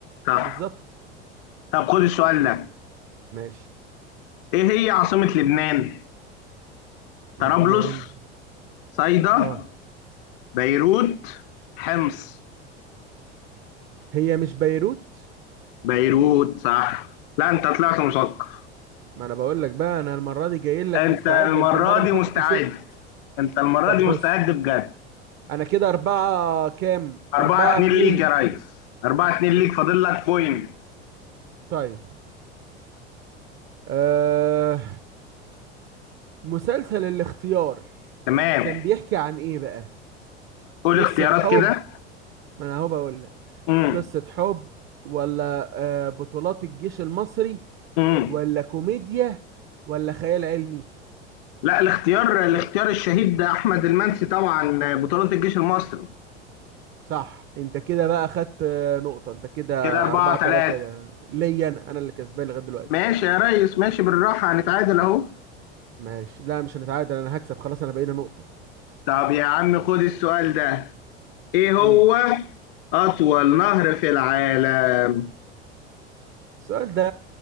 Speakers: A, on the left; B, on the right.
A: صح
B: بالظبط
A: طب خد السؤال ده
B: ماشي
A: إيه هي عاصمة لبنان؟
B: لبنان
A: طرابلس صيدا
B: اه
A: بيروت حمص
B: هي مش بيروت
A: بيروت صح لا أنت طلعت مثقف
B: ما انا بقول لك بقى انا المرة دي جاي لك
A: أنت
B: مستعد
A: المرة
B: انت المرة اللي
A: دي
B: فاتت
A: مستعد
B: كسبت
A: أنت المرة
B: طب
A: دي مستعد
B: بص
A: بجد
B: انا كده اربعة كام اربعة
A: 4 2
B: اتنين
A: ليك يا ريس 4 2
B: شفت
A: ليك فاضل لك بوينت
B: طيب أه... مسلسل الاختيار
A: تمام
B: كان بيحكي عن ايه بقى
A: قول
B: قصة
A: اختيارات
B: حب
A: كده
B: ما انا اهو بقول لك
A: امم
B: قصة حب ولا أه بطولات الجيش المصري
A: امم
B: ولا كوميديا ولا خيال علمي
A: لا الاختيار الاختيار الشهيد ده احمد المنسي طبعا بطولة الجيش المصري
B: صح انت كده بقى خدت آه، نقطة انت كده
A: كده 4
B: اربعة تلاتة
A: 3
B: ليا انا انا اللي كسبان لغاية دلوقتي
A: ماشي يا ريس ماشي بالراحة هنتعادل اهو
B: ماشي لا مش هنتعادل انا هكسب خلاص انا بقالي نقطة
A: طب يا عم خد السؤال ده ايه هو
B: امم
A: اطول نهر في العالم
B: السؤال ده